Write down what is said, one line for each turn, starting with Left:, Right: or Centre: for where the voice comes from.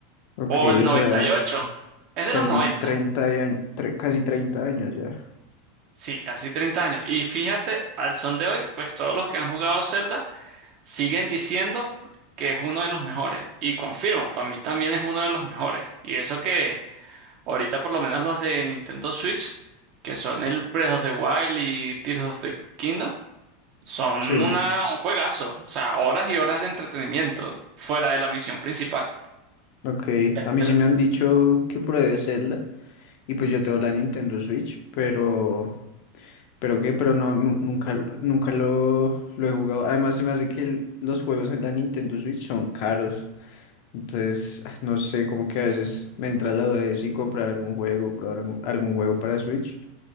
Left: ok,
Right: O el noventa
Left: o sea,
Right: y ocho Es de
Left: casi
Right: los noventa
Left: 30 años, casi 30 años ya.
Right: Sí, casi 30 años. Y fíjate, al son de hoy, pues todos los que han jugado Zelda siguen diciendo que es uno de los mejores. Y confirmo, para mí también es uno de los mejores. Y eso que ahorita por lo menos los de Nintendo Switch, que son el Breath of the Wild y Tears of the Kingdom, Son
Left: Sí,
Right: una, un juegazo, o sea, horas y horas de entretenimiento fuera de la misión principal.
Left: ok. A mí
Right: Pero,
Left: sí me han dicho que pruebe Zelda y pues yo tengo la Nintendo Switch, pero... Pero qué, pero no, nu- nunca, nunca lo, lo he jugado. Además, se me hace que el- los juegos en la Nintendo Switch son caros. Entonces, ah, no sé, como que a veces me entra la duda de si comprar algún juego, probar algún, algún juego para Switch.